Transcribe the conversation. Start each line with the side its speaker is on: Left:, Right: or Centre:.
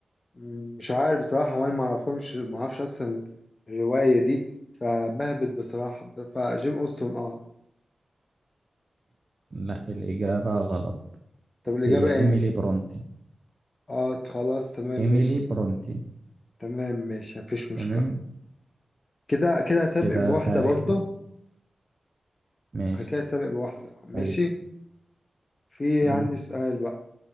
Left: م- مش عارف بصراحة وأنا ما أعرفهمش ما أعرفش أصلا الرواية دي فبهبت بصراحة ب- فجين أوستن أه
Right: لا الاجابه غلط
Left: طب الإجابة
Right: هي
Left: إيه؟
Right: ايميلي برونتي
Left: أه خلاص تمام ماشي
Right: ايميلي برونتي
Left: تمام ماشي مفيش مشكلة
Right: تمام
Left: كده كده سابق
Right: كده
Left: بواحدة
Right: فارق
Left: برضه
Right: ماشي
Left: أنا كده سابق بواحدة ماشي
Right: طيب
Left: في
Right: مم.
Left: عندي سؤال بقى